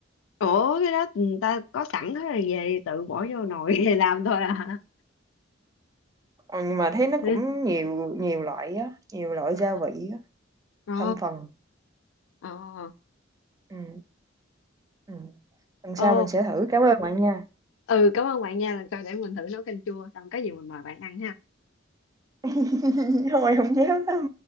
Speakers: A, on the left; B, on the right.
A: Ủa cái đó người ta có sẵn hết rồi về tự bỏ vô nồi <laughs> làm thôi à
B: ừ, nhưng mà thấy nó
A: ừ
B: cũng nhiều nhiều loại á nhiều loại
A: Ờ,
B: gia vị á
A: ờ,
B: thành phần
A: ờ,
B: ừ, ừ. lần
A: ồ,
B: sau mình sẽ thử cảm ơn bạn nha
A: ừ, cảm ơn bạn nha, lần sau để mình thử nấu canh chua, xong có gì mình mời bạn ăn ha.
B: <laughs> thôi không dám đâu